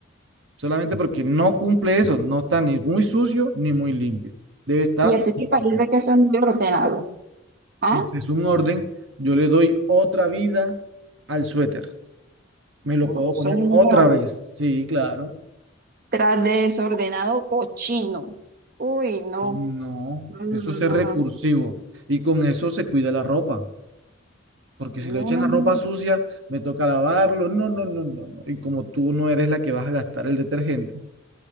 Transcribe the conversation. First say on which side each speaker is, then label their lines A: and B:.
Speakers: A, on the right; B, on the right.
A: solamente porque no cumple eso, no está ni muy sucio ni muy limpio. Debe estar
B: ¿Y a ti
A: balanceado.
B: te parece que soy muy ordenado? ¿Ah?
A: Ese es un orden. Yo le doy otra vida al suéter. Me lo
B: No,
A: puedo poner
B: señor.
A: otra vez. Sí, claro.
B: Tras de desordenado cochino. Uy, no.
A: No,
B: No, no,
A: eso es ser
B: no,
A: recursivo
B: no.
A: y con eso se cuida la ropa, porque
B: No,
A: si lo echan
B: no,
A: la
B: no,
A: ropa
B: no.
A: sucia, me toca lavarlo, no, no, no, no, no. Y como tú no eres la que vas a gastar el detergente,